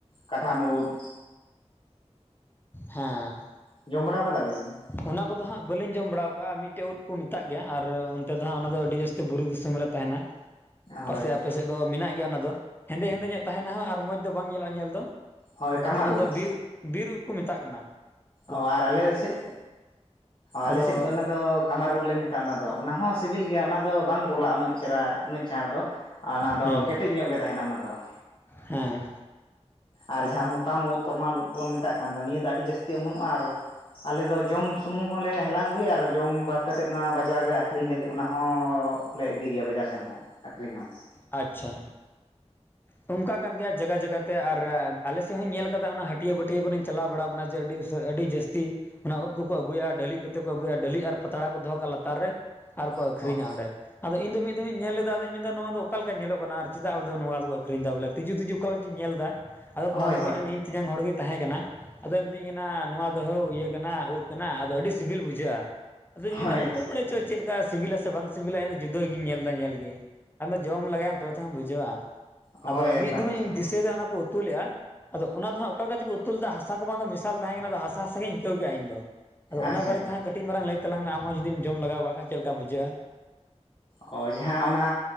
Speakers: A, on the left (about 45°); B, on the left (about 20°).
A: ᱠᱟᱴᱷᱟᱱ ᱩᱫ ᱾
B: ᱦᱮᱸ
A: ᱡᱚᱢ ᱵᱟᱲᱟ ᱠᱟᱫᱟᱵᱤᱱ
B: ᱚᱱᱟ ᱠᱚᱫᱚ ᱦᱟᱸᱜ ᱵᱟᱹᱞᱤᱧ ᱡᱚᱢ ᱵᱟᱲᱟᱣ ᱠᱟᱜᱼᱟ ᱢᱤᱫᱴᱮᱡ ᱩᱫ ᱠᱚ ᱢᱮᱛᱟᱜ ᱜᱮᱭᱟ ᱟᱨ ᱚᱱᱛᱮ ᱫᱚ ᱦᱟᱸᱜ ᱚᱱᱟ ᱫᱚ ᱟᱹᱰᱤ ᱡᱟᱹᱥᱛᱤ ᱵᱩᱨᱩ ᱫᱤᱥᱚᱢ ᱨᱮ ᱼᱼ ᱛᱟᱦᱮᱸᱱᱟ ᱾ ᱯᱟᱥᱮ
A: ᱦᱳᱭ
B: ᱟᱯᱮ ᱥᱮᱫ ᱫᱚ ᱢᱮᱱᱟᱜ ᱜᱮᱭᱟ ᱚᱱᱟ ᱫᱚ, ᱦᱮᱸᱫᱮ ᱦᱮᱸᱫᱮ ᱧᱚᱜ ᱛᱟᱦᱮᱱᱟ ᱦᱚᱸ ᱟᱨ ᱢᱚᱡᱽ ᱫᱚ ᱵᱟᱝ ᱧᱮᱞᱚᱜᱼᱟ ᱧᱮᱞ ᱫᱚ ᱾
A: ᱦᱳᱭ
B: ᱟᱫᱚ
A: ᱠᱟᱢᱟᱨ
B: ᱚᱱᱟ ᱫᱚ
A: ᱩᱫ
B: ᱵᱤᱨ ᱵᱤᱨ ᱩᱫ ᱠᱚ ᱢᱮᱛᱟᱜ ᱠᱟᱱᱟ ᱾
A: ᱚ ᱟᱨ ᱟᱞᱮ ᱥᱮᱫ ᱟᱞᱮ
B: ᱟᱫᱚ
A: ᱥᱮᱫ ᱫᱚ ᱚᱱᱟ ᱫᱚ ᱠᱟᱢᱟᱨ ᱩᱵ ᱞᱮ ᱢᱮ ᱼᱼ ᱚᱱᱟ ᱫᱚ ᱚᱱᱟ ᱦᱚᱸ ᱥᱤᱵᱤᱞ ᱜᱮᱭᱟ ᱚᱱᱟ ᱫᱚ ᱵᱟᱝ ᱜᱚᱞᱟᱜᱼᱟ ᱩᱱᱟᱹᱜ ᱪᱮᱦᱨᱟ ᱩᱱᱟᱹᱜ ᱪᱟᱬ ᱫᱚ ᱟᱨ ᱚᱱᱟ ᱫᱚ
B: ᱦᱮᱸ
A: ᱠᱮᱴᱮᱡ ᱧᱚᱜ ᱜᱮ ᱛᱟᱦᱮᱸᱱᱟ ᱚᱱᱟᱫᱚ ᱾
B: ᱦᱮᱸ
A: ᱟᱨ ᱡᱟᱦᱟᱸ ᱢᱚᱛᱟᱢ ᱩᱫ ᱛᱚᱨᱢᱟᱞ ᱩᱫ ᱵᱚᱱ ᱢᱮᱛᱟᱜ ᱠᱟᱱ ᱫᱚ ᱱᱤᱭᱟᱹ ᱫᱚ ᱟᱹᱰᱤ ᱡᱟᱹᱥᱛᱤ ᱚᱢᱚᱱᱚᱜᱼᱟ ᱟᱨᱼᱼ ᱟᱞᱮ ᱫᱚ ᱡᱚᱢ ᱥᱩᱢᱩᱝ ᱦᱚᱸᱞᱮ ᱦᱟᱞᱟᱝ ᱟᱹᱜᱩᱭᱟ ᱟᱨ ᱡᱚᱢ ᱵᱟᱫ ᱠᱟᱛᱮᱫ ᱚᱱᱟ ᱵᱟᱡᱟᱨ ᱨᱮ ᱟᱹᱠᱷᱨᱤᱧ ᱞᱟᱜᱤᱫ ᱚᱱᱟ ᱦᱚᱸᱼᱼ ᱞᱮ ᱤᱫᱤ ᱜᱮᱭᱟ ᱵᱟᱡᱟᱨ ᱥᱮᱱ ᱦᱚᱸ ᱟᱠᱷᱨᱤᱧ ᱦᱚᱸ ᱾
B: ᱟᱪᱪᱷᱟ ᱚᱱᱠᱟ ᱠᱟᱱ ᱜᱮᱭᱟ ᱡᱟᱜᱟ ᱡᱟᱜᱟᱛᱮ ᱟᱨ ᱟᱞᱮ ᱥᱮᱫ ᱦᱚᱸᱧ ᱧᱮᱞ ᱟᱠᱟᱫᱟ ᱚᱱᱟ ᱦᱟᱹᱴᱭᱟᱹ ᱵᱟᱹᱴᱭᱟᱹ ᱠᱚᱨᱮᱧ ᱪᱟᱞᱟᱣ ᱵᱟᱲᱟᱣ ᱟᱠᱟᱱᱟ ᱡᱮ ᱟᱹᱰᱤ ᱼᱼ ᱥᱮ ᱟᱹᱰᱤ ᱡᱟᱹᱥᱛᱤ ᱚᱱᱟ ᱩᱫ ᱠᱚᱠᱚ ᱟᱹᱜᱩᱭᱟ ᱰᱟᱹᱞᱤᱡ ᱠᱚᱛᱮ ᱠᱚ ᱟᱹᱜᱩᱭᱟ ᱰᱟᱹᱞᱤᱡ ᱟᱨ ᱯᱟᱛᱲᱟ ᱠᱚ ᱫᱚᱦᱚ ᱠᱟᱜᱼᱟ ᱞᱟᱛᱟᱨ ᱨᱮᱼᱼ ᱟᱨᱠᱚ
A: ᱦᱚᱸ
B: ᱟᱠᱷᱨᱤᱧᱟ ᱚᱸᱰᱮ ᱾ ᱟᱫᱚ ᱤᱧ ᱫᱚ ᱢᱤᱫ ᱫᱚᱢ ᱤᱧ ᱧᱮᱞ ᱞᱮᱫᱟ ᱟᱫᱚᱧ ᱢᱮᱱᱫᱟ ᱱᱚᱣᱟ ᱫᱚ ᱚᱠᱟ ᱞᱮᱠᱟ ᱧᱮᱞᱚᱜ ᱠᱟᱱᱟ ᱪᱮᱫᱟᱜ ᱫᱚ ᱱᱚᱣᱟ ᱫᱚᱠᱚ ᱟᱹᱠᱷᱨᱤᱧᱫᱟ ᱵᱚᱞᱮ ᱛᱤᱡᱩ ᱛᱤᱡᱩ ᱚᱠᱟ ᱞᱮᱠᱟ ᱪᱚᱧ ᱧᱮᱞ ᱫᱟ, ᱟᱫᱚ
A: ᱦᱳᱭ
B: ᱟᱫᱚ ᱢᱤᱫᱴᱮᱱ
A: ᱦᱳᱭ
B: ᱤᱧ ᱛᱤᱧᱟᱝ ᱦᱚᱲᱜᱮ ᱛᱟᱦᱮᱸ ᱠᱟᱱᱟ, ᱟᱫᱚᱭ ᱢᱤᱛᱟᱹᱧ ᱠᱟᱱᱟ ᱱᱚᱣᱟ ᱫᱚ ᱦᱳ ᱤᱭᱟᱹ ᱠᱟᱱᱟ ᱩᱫ ᱠᱟᱱᱟ ᱟᱫᱚ ᱟᱹᱰᱤ ᱼᱼ ᱥᱤᱵᱤᱞ ᱵᱩᱡᱷᱟᱹᱜᱼᱟ ᱾ ᱟᱫᱚᱧ
A: ᱦᱳᱭ
B: ᱢᱮᱱᱮᱫᱟ ᱚᱠᱚᱭ ᱵᱟᱲᱟᱭ ᱪᱚ ᱪᱮᱫ ᱞᱮᱠᱟ ᱥᱤᱵᱤᱞᱟ ᱥᱮ ᱵᱟᱝ ᱥᱤᱵᱤᱞᱟ ᱤᱧ ᱫᱚ ᱡᱩᱫᱟᱹ ᱜᱤᱧ ᱧᱮᱞ ᱮᱫᱟ ᱧᱮᱞ ᱜᱮ ᱾ ᱟᱫᱚ ᱡᱚᱢ ᱞᱮᱜᱟᱭᱟᱢ ᱛᱚᱵᱮ ᱛᱚᱢ ᱵᱩᱡᱷᱟᱹᱣᱟ,
A: ᱦᱳᱭ
B: ᱟᱫᱚ
A: ᱮᱠᱫᱚᱢ
B: ᱢᱤᱫ ᱫᱷᱚᱢᱮᱧ
A: ᱮᱠᱫᱚᱢ
B: ᱫᱤᱥᱟᱹᱭᱮᱫᱟ ᱚᱱᱟ ᱠᱚ ᱼᱼ ᱩᱛᱩ ᱞᱮᱫ-ᱟ ᱟᱫᱚ ᱚᱱᱟ ᱫᱚ ᱦᱟᱸᱜ ᱚᱠᱟ ᱞᱮᱠᱟ ᱪᱚ ᱠᱚ ᱩᱛᱩ ᱞᱮᱫᱟ ᱦᱟᱥᱟ ᱠᱚ ᱵᱟᱝ ᱫᱚ ᱢᱮᱥᱟᱞ ᱛᱟᱦᱮᱸ ᱠᱟᱱᱟ ᱟᱫᱚ ᱦᱟᱥᱟ ᱦᱟᱥᱟ ᱜᱮᱧ ᱟᱹᱭᱠᱟᱹᱣ ᱠᱮᱫᱼᱟ ᱤᱧᱫᱚ ᱾ ᱟᱫᱚ ᱚᱱᱟ
A: ᱟᱪᱪᱷᱟ
B: ᱵᱟᱨᱮ ᱛᱮ ᱦᱟᱸᱜ ᱠᱟᱹᱴᱤᱡ ᱢᱟᱨᱟᱝ ᱞᱟᱹᱭ ᱛᱟᱞᱟᱝ ᱢᱮ ᱟᱢ ᱦᱚᱸ ᱡᱩᱫᱤᱢ ᱡᱚᱢ ᱞᱟᱜᱟᱣ ᱠᱷᱟᱱ ᱪᱮᱫ ᱞᱮᱠᱟ ᱵᱩᱡᱷᱟᱹᱜᱼᱟ ᱾
A: ᱚ ᱡᱟᱦᱟᱸ ᱚᱱᱟ